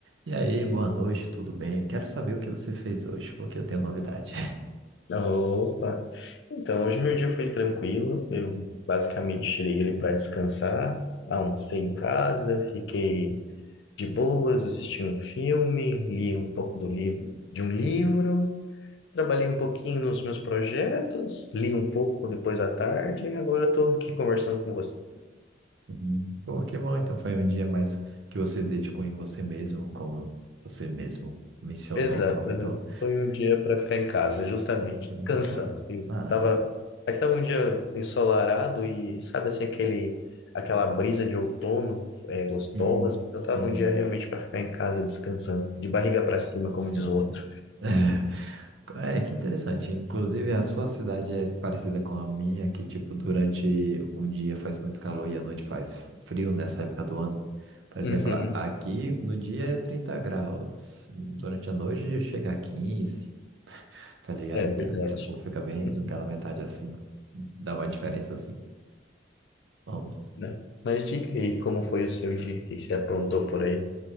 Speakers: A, on the right; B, on the left.
A: E aí, boa noite, tudo bem? Quero saber o que você fez hoje, porque eu tenho novidade. <laughs>
B: Opa! Então, hoje meu dia foi tranquilo. Eu basicamente tirei ele para descansar, almocei em casa, fiquei de boas, assisti um filme, li um pouco do livro, de um livro, trabalhei um pouquinho nos meus projetos, li um pouco depois à tarde e agora estou aqui conversando com você.
A: Uhum. Pô, que bom, então foi um dia mais que você dedicou em você mesmo, como você mesmo mencionou,
B: Exato.
A: né? Comentou?
B: aham. Foi um dia para ficar em casa, justamente,
A: Sim, sim.
B: descansando.
A: Ah,
B: E
A: ah,
B: tava, aqui tava um dia ensolarado e sabe assim aquele aquela brisa de outono é gostosa.
A: sim,
B: Então tava
A: sim,
B: um dia realmente para ficar em casa descansando, de barriga para cima, como
A: sim,
B: diz o outro.
A: sim. <laughs> É, que interessante. Inclusive, a sua cidade é parecida com a minha, que, tipo, durante o dia faz muito calor e à noite faz frio nessa época do ano. Por exemplo,
B: Uhum.
A: lá, aqui no dia é 30 graus, durante a noite chega a quinze tá ligado?
B: É
A: Então,
B: verdade.
A: tipo, fica bem
B: Uhum,
A: pela metade assim, dá uma diferença assim. Bom,
B: né? Mas diga aí, como foi o seu dia? O que que você aprontou por aí?